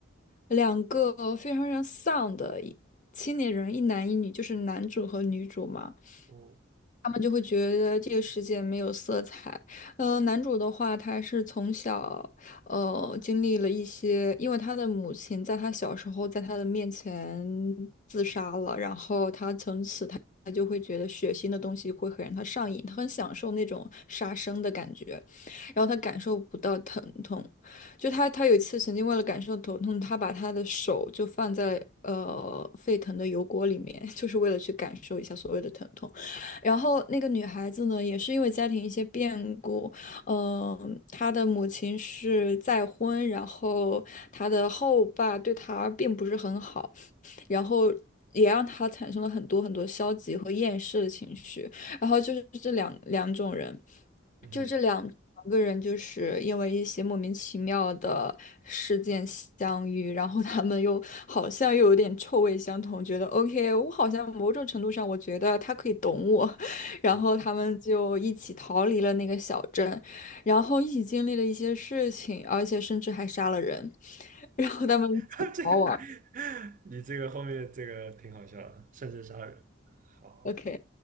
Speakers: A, on the left; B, on the right.
A: 两个非常非常丧的一青年人，一男一女，就是男主和女主嘛。
B: 嗯
A: 他们就会觉得这个世界没有色彩。呃，男主的话，他是从小呃，经历了一些，因为他的母亲在他小时候在他的面前自杀了，然后他从此他他就会觉得血腥的东西会很让他上瘾，他很享受那种杀生的感觉，然后他感受不到疼痛，就他他有一次曾经为了感受疼痛，他把他的手就放在呃沸腾的油锅里面，<laughs> 就是为了去感受一下所谓的疼痛，然后那个女孩子呢，也是因为家庭一些变故。嗯，他的母亲是再婚，然后他的后爸对他并不是很好，然后也让他产生了很多很多消极和厌世的情绪。然后就是这两两种人，
B: 嗯哼。
A: 就这两两个人，就是因为一些莫名其妙的事件相遇，然后他们又好像又有点臭味相同，觉得 OK，我好像某种程度上我觉得他可以懂我，<laughs> 然后他们就一起逃离了那个小镇。
B: 嗯
A: 然后一起经历了一些事情，而且甚至还杀了人，<laughs> 然后他们一起逃亡
B: <laughs> 这你这个后面这个挺好笑的，甚至杀人。好，
A: ，OK，